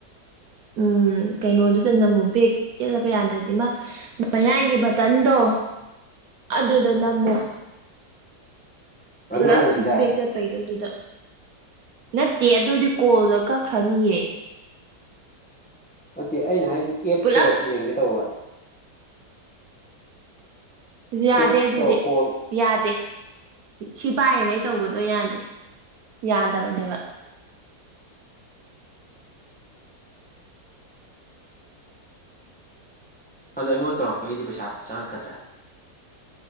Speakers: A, on the right; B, in the centre.
A: ꯎꯝ ꯀꯩꯅꯣꯗꯨꯗ ꯅ ꯑꯃꯨꯛ ꯕꯦꯛ ꯆꯠꯄ ꯌꯥꯗ꯭ꯔꯗꯤ ꯑꯃ ꯃꯌꯥꯏꯒꯤ ꯕꯇꯟꯗꯣ ꯑꯗꯨꯗ ꯅꯝꯃꯣ꯫ ꯄꯨꯂꯥꯞ
B: ꯑꯉꯥꯡꯕꯁꯤꯗ
A: ꯕꯦꯛ ꯆꯠ ꯄꯩꯗꯣ ꯑꯗꯨꯗ ꯅꯠꯇꯦꯌꯦ ꯑꯗꯨꯗꯤ ꯀꯣꯜꯗꯣ ꯀꯛꯈ꯭ꯔꯅꯤꯌꯦ꯫
B: ꯅꯠꯇꯦ ꯑꯩꯅ ꯍꯥꯏꯗꯤ ꯑꯦꯞꯇꯣ
A: ꯄꯨꯂꯞ
B: ꯌꯦꯡꯒꯦ ꯇꯧꯕ꯫
A: ꯎꯝ ꯌꯥꯗꯦ
B: ꯑꯦꯞꯇꯣ
A: ꯑꯗꯨꯗꯤ
B: ꯀꯣꯜ
A: ꯌꯥꯗꯦ ꯁꯤ ꯄꯥꯏꯔꯤꯉꯩ ꯇꯧꯕꯗꯣ ꯌꯥꯗꯦ ꯌꯥꯗꯕꯅꯦꯕ
B: ꯑꯗꯣ ꯑꯩꯉꯣꯟ ꯇꯧꯔꯛꯄꯒꯤꯗꯤ ꯄꯩꯁꯥ ꯆꯪꯉꯛꯀꯥꯗ꯭ꯔꯦ